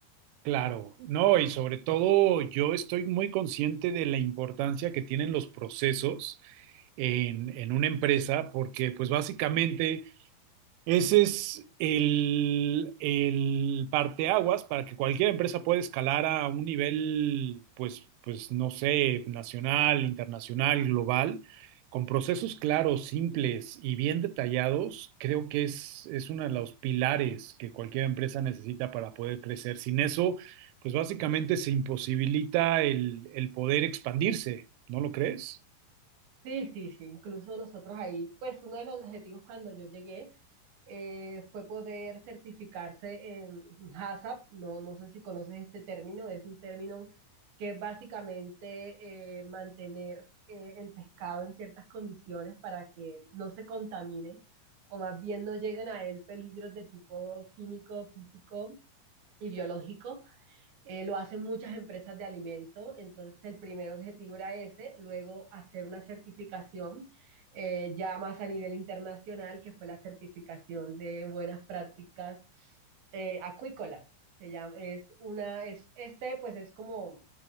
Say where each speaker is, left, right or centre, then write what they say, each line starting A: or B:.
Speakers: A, on the right; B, on the right.
A: Claro, no, y sobre todo yo estoy muy consciente de la importancia que tienen los procesos en, en una empresa, porque pues básicamente ese es el, el parteaguas para que cualquier empresa pueda escalar a un nivel, pues, pues no sé, nacional, internacional, global, con procesos claros, simples y bien detallados. Creo que es, es uno de los pilares que cualquier empresa necesita para poder crecer. Sin eso, pues básicamente se imposibilita el, el poder expandirse, ¿no lo crees?
B: Sí, sí, sí, incluso nosotros ahí, pues uno de los objetivos cuando yo llegué eh, fue poder certificarse en HACCP. No, no sé si conoces este término, es un término que es básicamente eh, mantener eh, el pescado en ciertas condiciones para que no se contamine o más bien no lleguen a él peligros de tipo químico, físico y biológico. Eh, lo hacen muchas empresas de alimento, entonces el primer objetivo era ese, luego hacer una certificación eh, ya más a nivel internacional, que fue la certificación de buenas prácticas eh, acuícolas. Se llama, es una, es, este pues es como,